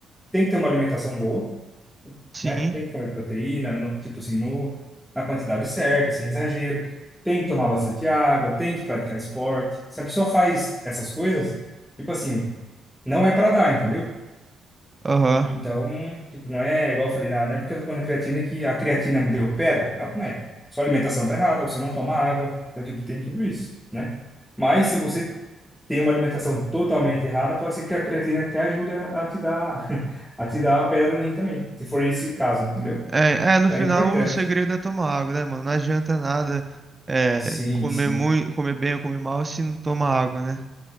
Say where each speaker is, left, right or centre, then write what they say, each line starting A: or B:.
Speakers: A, in the centre; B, on the right.
A: tem que ter uma alimentação boa,
B: Sim.
A: né? Tem que comer proteína, no, tipo assim, no, na quantidade certa, sem exagero. Tem que tomar bastante água, tem que praticar esporte. Se a pessoa faz essas coisas, tipo assim, não é para dar, entendeu?
B: Aham.
A: Então, tipo, não é igual eu falei, ah, não é porque eu tô comendo creatina que a creatina me deu pedra. Não, não é. Sua alimentação tá errada, você não toma água. Então, tipo, tem tudo isso, né? Mas se você tem uma alimentação totalmente errada, pode ser que a creatina até ajude a a te dar, <laughs> a te dar a pedra no rim também, se for esse caso, entendeu?
B: É, é, no
A: É
B: final
A: importante.
B: o segredo é tomar água, né, mano? Não adianta nada é,
A: Sim,
B: comer
A: sim.
B: muito, comer bem ou comer mal se não toma água, né?